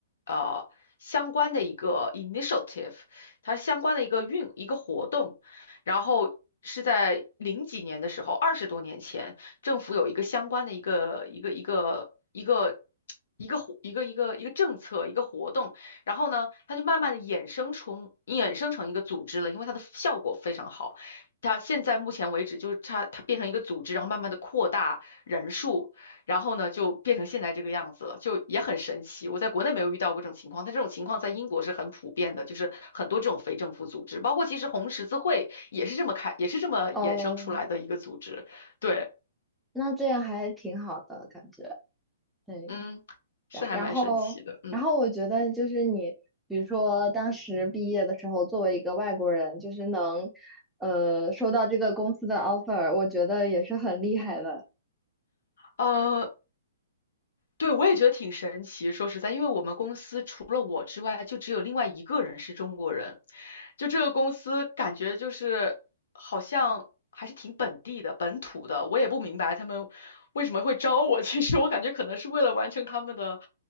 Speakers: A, on the left; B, in the centre.
A: 呃。相关的一个 initiative，它相关的一个运一个活动，然后是在零几年的时候，二十多年前，政府有一个相关的一个一个一个一个一个活一个一个一个政策一个活动，然后呢，它就慢慢的衍生出衍生成一个组织了，因为它的效果非常好。它现在目前为止，就是它它变成一个组织，然后慢慢的扩大人数。然后呢，就变成现在这个样子了，就也很神奇。我在国内没有遇到过这种情况，但这种情况在英国是很普遍的，就是很多这种非政府组织，包括其实红十字会也是这么开，也是这么衍生出来的一个组织。
B: 哦，
A: 对，
B: 那这样还挺好的感觉，对。
A: 嗯，是还蛮神奇的，
B: 然然后，
A: 嗯，
B: 然后我觉得就是你，比如说当时毕业的时候，作为一个外国人，就是能，呃，收到这个公司的 offer，我觉得也是很厉害的。
A: 呃，对，我也觉得挺神奇。说实在，因为我们公司除了我之外，就只有另外一个人是中国人。就这个公司，感觉就是好像还是挺本地的、本土的。我也不明白他们为什么会招我。<laughs> 其实我感觉可能是为了完成他们的